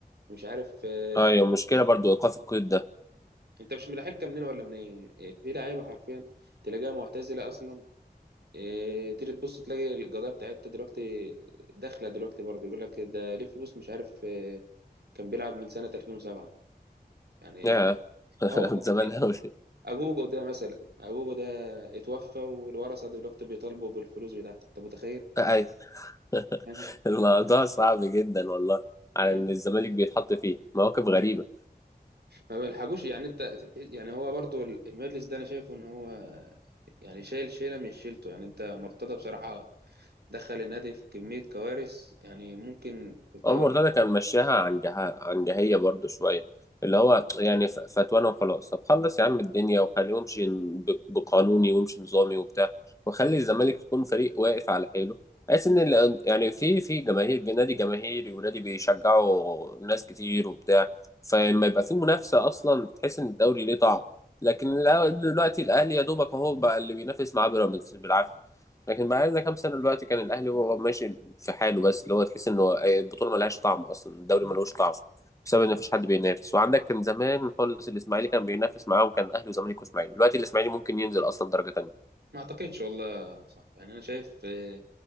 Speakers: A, on the right; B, on the left.
A: مش عارف آه،
B: ايوه مشكله برضو ايقاف القيد ده
A: انت مش ملاحقها منين ولا منين آه، في لعيبة حرفيا تلاقيها معتزلة اصلا آه، تيجي تبص تلاقي القضية بتاعتها دلوقتي داخلة دلوقتي برضه يقول لك ده ليه فلوس مش عارف آه، كان بيلعب من سنة 2007 يعني
B: يا <laughs>
A: اه والله
B: زمان قوي
A: اجوجو ده مثلا اجوجو ده اتوفى والورثة دلوقتي بيطالبوا بالفلوس بتاعته انت متخيل
B: اي <laughs>
A: يعني
B: الموضوع صعب جدا والله على
A: يعني
B: ان الزمالك بيتحط فيه مواقف غريبه
A: ما بيلحقوش يعني انت يعني هو برضو المجلس ده انا شايفه ان هو يعني شايل شيلة من شيلته يعني انت مرتضى بصراحة دخل النادي في كمية كوارث يعني ممكن كنت
B: عمر
A: اقول
B: مرتضى كان مشاها عن جه... عن جهية برضو شوية اللي هو يعني ف- فتوانا وخلاص طب خلص يا عم الدنيا وخليه يمشي ب- بقانوني ويمشي نظامي وبتاع وخلي الزمالك تكون فريق واقف على حيله بحيث ان ال- يعني في في جماهير نادي جماهيري ونادي بيشجعوا ناس كتير وبتاع فلما يبقى في منافسة اصلا تحس ان الدوري ليه طعم لكن لا- دلوقتي الاهلي يا دوبك اهو بقى اللي بينافس مع بيراميدز بالعافية لكن بعد كام سنه دلوقتي كان الاهلي هو ماشي في حاله بس اللي هو تحس انه البطوله ملهاش طعم اصلا الدوري ملوش طعم بسبب ان مفيش حد بينافس وعندك كان زمان خالص الاسماعيلي كان بينافس معاهم كان اهلي وزمالك واسماعيلي دلوقتي الاسماعيلي ممكن ينزل اصلا درجه تانيه
A: ما اعتقدش والله صح يعني انا شايف آه،